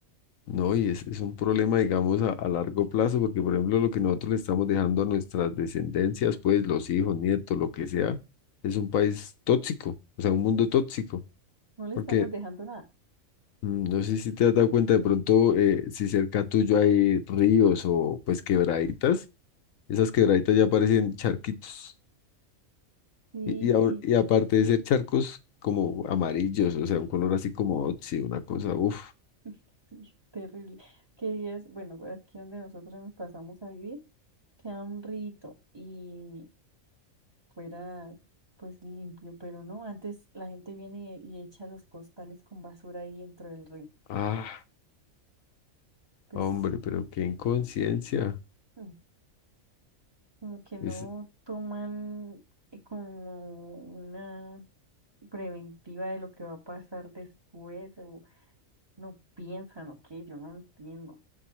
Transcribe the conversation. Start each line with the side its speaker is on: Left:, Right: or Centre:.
Left: no, y es, es un problema, digamos, a, a largo plazo, porque por ejemplo lo que nosotros le estamos dejando a nuestras descendencias, pues los hijos, nietos, lo que sea, es un país tóxico, o sea, un mundo tóxico,
Right: No le
Left: porque...
Right: estamos dejando nada.
Left: mm, No sé si te has dado cuenta de pronto eh, si cerca tuyo hay ríos o pues quebraditas, Esas quebraditas ya parecen charquitos.
Right: Y,
Left: Y, y, ahor-
Right: y
Left: y aparte de ser charcos como amarillos, o sea, un color así como óxido, una cosa, uff.
Right: <laughs> sí, terrible. Que días, bueno, aquí donde nosotros nos pasamos a vivir, queda un rito y fuera pues limpio, pero no, antes la gente viene y, echa los costales con basura ahí dentro del río.
Left: Ah,
Right: Pues
Left: hombre, pero qué inconsciencia.
Right: mm, como que no
Left: Es,
Right: toman eh, como una preventiva de lo que va a pasar después, o no piensan, o qué, yo no entiendo.